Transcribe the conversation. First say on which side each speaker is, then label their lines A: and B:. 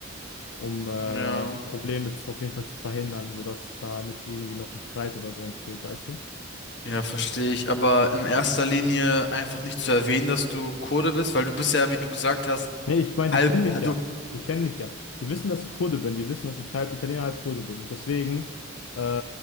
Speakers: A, on the left; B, on the left.
A: um äh,
B: Ja.
A: Probleme zu, auf jeden Fall zu verhindern, sodass da nicht irgendwie noch ein Streit oder so entsteht, weißt du?
B: Ja, verstehe ich. Aber in erster Linie einfach nicht zu erwähnen, dass du Kurde bist, weil du bist ja, wie du gesagt hast,
A: Nee, ich meine, die
B: halb
A: kennen mich
B: Padu.
A: ja. Die kennen mich ja. Die wissen, dass ich Kurde bin. Die wissen, dass ich halb Italiener, halb Kurde bin. Und deswegen äh,